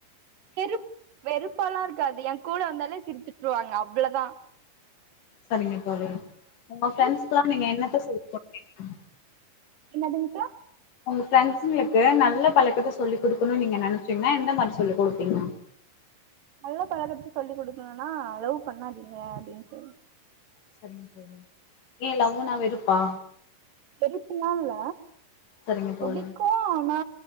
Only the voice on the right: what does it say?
வெறுப் வெறுப்பெல்லாம் வெறுப் வெறுப்பா எல்லா இருக்காது எ கூட வந்தாலே சிருச்சுட்ருவாங்க அவ்ளதா
சிரிப்
என்னதுங்கா
நல்ல பழக்கத்த சொல்லி் குடுக்கணுன்னா லவ் பண்ணாதீங்க அப்டின் சொல்லி
வெறுப்புல்லா இல்ல
புடிக்கு
ஆனா